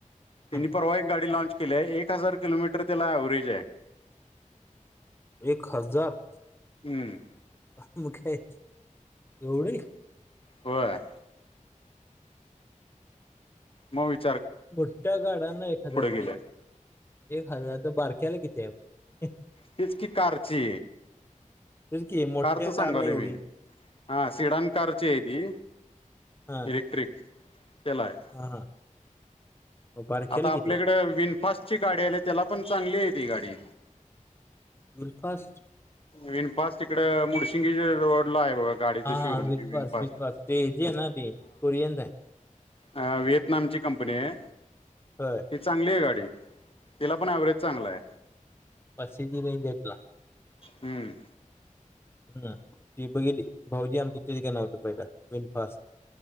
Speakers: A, on the left; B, on the left.
A: तेनी
B: हम्म.
A: परवा एक गाडी लाँच. केले एक हजार किलोमीटर त्याला एवरेज आहे.
B: एक हजार
A: हम्म
B: हा मग काय. एवढे.
A: होय. मोहित.
B: मोठठ्या गाडांना एक हजार
A: गेल्या
B: फी एक हजार तर बारक्याला किती आहे . हे.
A: तेचा कि कारची.
B: तेच की मोठ्या
A: कारच सांगवलं
B: कारला एवढी
A: मी हा सिडान कारची आहे ती
B: हा
A: इलेक्ट्रिक चलाय
B: हा हा मग बारक्याला
A: आता आपल्याकडे
B: किती आहे मग
A: विनफास्ट ची गाडी आली त्याला पण चांगली आहे ती गाडी.
B: गूळ फास्ट.
A: विनफास्ट तिकड मुडशिंगी रोड ला आहे बघा गाडीच
B: हा
A: शोरूम
B: हा विल्फास
A: विनफास्ट.
B: विल्फास ते जे ना त कुरियनचा. <unintelligible>
A: अ व्हिएतनामची कंपनी आहे.
B: होय
A: ही चांगली आहे गाडी तिला पण एवरेज चांगला आहे.
B: पस जी नाही देेतला. <unintelligible>
A: हम.
B: हम ती बघितली भाऊजी आमची तीच घेणार होते पहिला विनफास्ट.